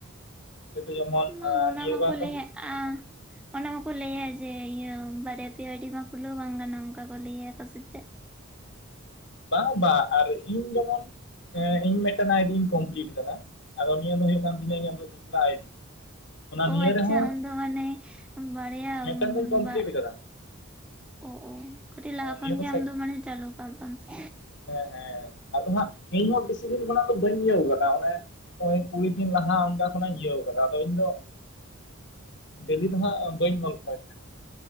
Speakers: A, on the left (about 55°); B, in the centre.
A: ᱦᱳᱭᱛᱳ ᱡᱮᱢᱚᱱ
B: ᱢᱟ ᱚᱱᱟ
A: ᱱᱤᱭᱟᱹ
B: ᱢᱟ
A: ᱵᱟᱨ
B: ᱠᱚ
A: ᱫᱚ
B: ᱞᱮᱭ ᱮᱜᱼᱟ ᱚᱱᱟ ᱢᱟᱠᱚ ᱞᱟᱹᱭᱟ ᱡᱮ ᱤᱭᱟᱹ ᱵᱟᱨᱭᱟ ᱯᱤᱭᱟ ᱟᱭᱰᱤ ᱢᱟ ᱠᱷᱩᱞᱟᱹᱣ ᱵᱟᱝ ᱜᱟᱱᱚᱜ ᱚᱱᱠᱟ ᱠᱚ ᱞᱟᱹᱭᱟ ᱥᱮ ᱪᱮᱫ?
A: ᱵᱟᱝ ᱵᱟᱝ ᱟᱨ ᱤᱧ ᱡᱮᱢᱚᱱ ᱤᱧ ᱢᱤᱫᱴᱮᱱ ᱟᱭᱰᱤᱧ ᱠᱚᱢᱯᱤᱞᱤᱴ ᱟᱠᱟᱫᱟ ᱟᱫᱚ ᱱᱤᱭᱟᱹ ᱫᱚ ᱦᱩᱭᱩᱜ ᱠᱟᱱ ᱛᱤᱧᱟ ᱤᱧᱟᱜ ᱫᱚᱥᱨᱟ ᱟᱭᱰᱤ᱾ ᱚᱱᱟ
B: ᱚᱻ
A: ᱱᱤᱭᱟᱹ
B: ᱟᱪᱪᱷᱟ
A: ᱨᱮᱦᱚᱸ
B: ᱩᱱᱫᱚ ᱢᱟᱱᱮ ᱵᱟᱨᱭᱟ
A: ᱢᱤᱫᱴᱟᱝ ᱫᱚᱧ ᱠᱚᱢᱯᱞᱤᱴ
B: ᱵᱟ
A: ᱟᱠᱟᱫᱟ
B: ᱚ ᱚ ᱠᱟᱹᱴᱤᱡ ᱞᱟᱦᱟ
A: ᱦᱮᱸ
B: ᱠᱷᱚᱱ
A: ᱱᱤᱭᱟᱹ
B: ᱜᱮ
A: ᱥᱮ
B: ᱟᱢ ᱫᱚ ᱢᱟᱱᱮ ᱪᱟᱹᱞᱩ ᱠᱟᱱᱟᱱ ᱛᱟᱢ ᱥᱮ
A: ᱦᱮᱸ ᱦᱮᱸ ᱟᱫᱚ ᱦᱟᱸᱜ ᱤᱧᱦᱚᱸ ᱵᱤᱥᱤ ᱫᱤᱱ ᱠᱷᱚᱱᱟᱜ ᱫᱚ ᱵᱟᱹᱧ ᱤᱭᱟᱹᱣ ᱟᱠᱟᱫᱟ ᱚᱱᱮ ᱱᱚᱜ ᱚᱭ ᱠᱩᱲᱤ ᱫᱤᱱ ᱞᱟᱦᱟ ᱚᱱᱠᱟ ᱠᱷᱚᱱᱟᱜ ᱤᱧ ᱤᱭᱟᱹᱣ ᱟᱠᱟᱫᱟ ᱟᱫᱚ ᱤᱧᱫᱚ
B: <inaudible>
A: ᱰᱮᱞᱤ ᱫᱚ ᱦᱟᱸᱜ ᱵᱟᱹᱧ ᱜᱚᱞ ᱯᱷᱚᱭ ᱛᱟᱦᱮᱸᱫ᱾